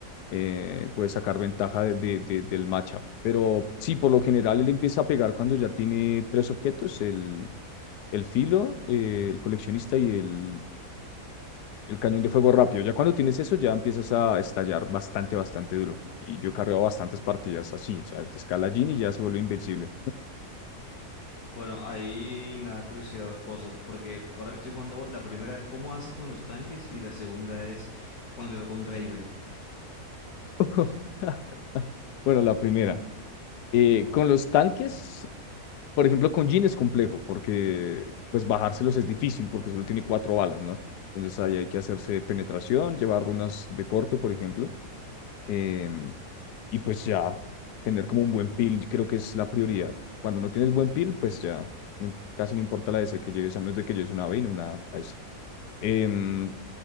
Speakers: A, on the left; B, on the left.
A: eh, puede sacar ventaja de, de- de- del matchup. Pero sí, por lo general él empieza a pegar cuando ya tiene tres objetos, el, el filo, eh, el coleccionista y el el cañón de fuego rápido. Ya cuando tienes eso, ya empiezas a estallar bastante, bastante duro. Y yo he cargado bastantes partidas así, o sea, te escala Jhin y ya se vuelve invencible.
B: Bueno, ahí me da curiosidad dos cosas, porque ahora que estoy jugando bot, la primera es cómo haces con los tanques y la segunda es cuando te toca un Draven.
A: <laughs> Bueno, la primera. Eh, con los tanques, por ejemplo, con Jhin es complejo, porque pues bajárselos es difícil, porque solo tiene cuatro balas, ¿no? Entonces ahí hay que hacerse penetración, llevar runas de corte, por ejemplo em, y pues ya, tener como un buen peel, yo creo que es la prioridad. Cuando no tienes buen peel, pues ya no- casi no importa la DC que lleves, a menos de que lleves una Vayne o una Kai'Sa. Em,